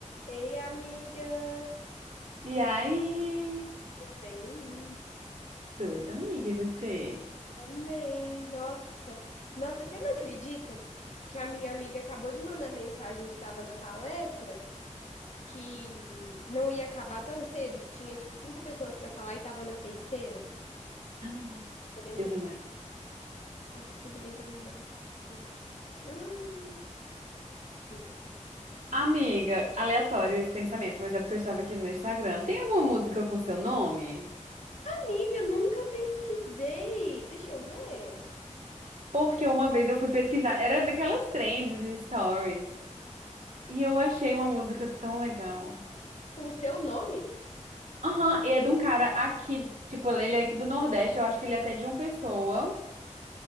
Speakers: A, on the left; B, on the right.
A: Ei, amiga.
B: E aí?
A: Bem,
B: Tudo, amiga, e você?
A: também. Nossa. Nossa, você não acredita que a minha amiga acabou de mandar mensagem que estava na palestra que não ia acabar tão cedo? Tinha, tipo, cinco pessoas para falar e tava na terceira.
B: Hum,
A: Ainda bem
B: Deus
A: que eu...
B: é mais.
A: Nossa, ainda bem que eu vim embora. Deus. <gasps> Ah, juro.
B: Amiga, aleatório esse pensamento, mas é porque eu estava aqui no meu Instagram. Tem alguma música com seu nome?
A: Amiga, nunca pesquisei. Deixa eu ver.
B: Porque uma vez eu fui pesquisar, era daquelas trends de stories, e eu achei uma música tão legal.
A: Com o seu nome?
B: Aham, e é de um cara aqui, tipo, ele é aqui do Nordeste, eu acho que ele é até de uma pessoa.